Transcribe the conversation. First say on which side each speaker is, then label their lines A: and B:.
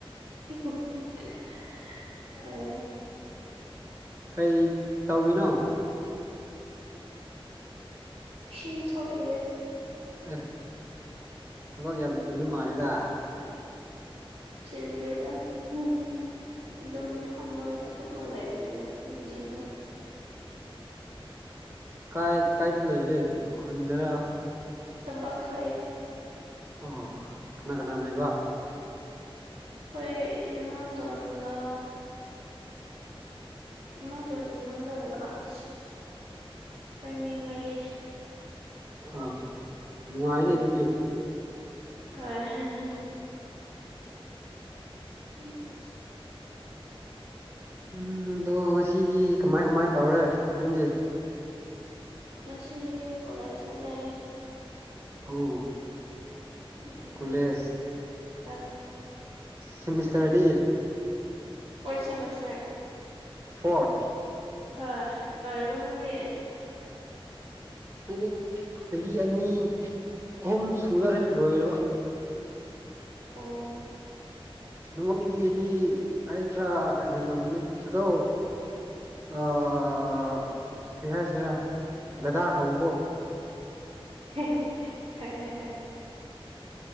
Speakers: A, on the right (about 80°); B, on the right (about 25°).
A: ꯑ
B: ꯀꯩ ꯇꯧꯏꯅꯣ
A: <unintelligible>
B: ꯑꯦ ꯊꯕꯛ ꯌꯥꯝ ꯆꯤꯟꯅ ꯃꯥꯜꯂꯤꯗ
A: ꯆꯤꯟꯗꯦꯗ ꯎꯝ ꯑꯗꯨꯝ ꯐꯝꯃꯒ ꯊꯨꯞꯂ ꯂꯩꯕꯅꯤꯅ ꯐꯤ ꯁꯤꯡꯗꯣ
B: ꯀꯥꯏ ꯀꯥꯏꯗ ꯂꯩꯒꯦ ꯈꯨꯟꯗꯅ
A: ꯇꯝꯄꯥꯛ ꯇ ꯂꯩꯌꯦ
B: ꯑ ꯀꯅꯥ ꯀꯅꯥ ꯂꯩꯕ
A: ꯍꯣꯏ ꯏꯃꯥ ꯇꯣꯟꯒ ꯃꯥꯇꯣꯟ ꯌꯂꯒ ꯂꯑ ꯑꯩꯈꯣꯏ ꯃꯤ ꯃꯔꯤ
B: ꯑꯥ ꯅꯨꯡꯉꯥꯏꯅꯤ
A: ꯎꯝ
B: ꯑꯗꯨꯗꯤ
A: ꯍꯣꯏ <inaudible>
B: ꯎꯝ ꯑꯗꯣ ꯉꯁꯤꯗꯤ ꯀꯃꯥꯏ ꯀꯃꯥꯏ ꯇꯧꯔꯦ ꯅꯪꯒꯤ
A: ꯉꯁꯤ ꯀꯂꯦꯖ ꯆꯠꯂꯦ
B: ꯑꯣ
A: ꯎꯝ
B: ꯀꯣꯂꯦꯖ
A: <unintelligible>
B: ꯁꯤꯃꯤꯁꯇꯔꯗꯤ
A: ꯐꯔꯣꯠ ꯁꯦꯃꯤꯁꯇꯔꯥ
B: ꯐꯣꯔꯠ
A: ꯍꯣꯏ ꯂꯣꯏꯔꯕꯣ ꯅꯪꯗꯤ
B: ꯗꯤ ꯆꯍꯤ ꯑꯅꯤ ꯑꯍꯨꯝ ꯁꯨꯗꯔꯦ ꯂꯣꯏꯔꯦꯕ
A: ꯑꯣ
B: ꯅꯉꯣꯟꯗꯒꯤꯗꯤ ꯑꯩ ꯈꯔ ꯍꯦꯜꯂꯝꯅꯤ ꯑꯗꯣ ꯑꯥ ꯀꯩ ꯍꯥꯏꯁꯤꯔ ꯗꯗꯥ ꯀꯧꯀꯣ
A: ꯍꯦ ꯍꯦ ꯁꯣꯏꯔꯦꯅꯦ